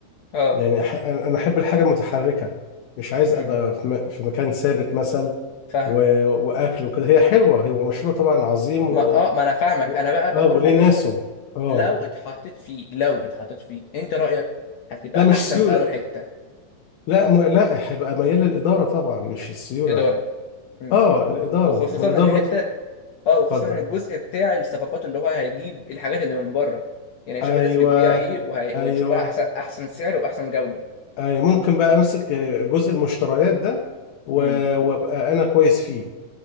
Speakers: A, on the left; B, on the left.
A: اه
B: يعني أح- انا أنا احب الحاجه المتحركه مش عايز ابقى
A: امم
B: في م- في مكان ثابت مثلا
A: فاهمك
B: و- واكل وكده هي حلوه هو مشروع طبعا عظيم و...
A: ما اه ما انا فاهمك
B: و-
A: انا بقى
B: اه
A: بقول
B: وليه
A: لك
B: ناسه اه
A: لو اتحطيت فيه لو اتحطيت فيه انت رايك هتبقى
B: لا مش
A: احسن
B: سيوله
A: في انه حته
B: لا م... لا هيبقى ميال للاداره طبعا مش السيوله
A: اداره امم
B: اه الاداره
A: وخصوصا
B: ما الاداره
A: الحته
B: برضه
A: اه وخصوصا
B: اتفضل
A: الجزء بتاع الصفقات اللي هو هيجيب الحاجات اللي من بره يعني هيشوف
B: ايوه
A: الناس بتبيع ايه وهي...
B: ايوه
A: وهيشوفها احسن احسن سعر واحسن جودة
B: ايوه ممكن بقى امسك آه، جزء المشتريات ده و-
A: امم
B: وابقى انا كويس فيه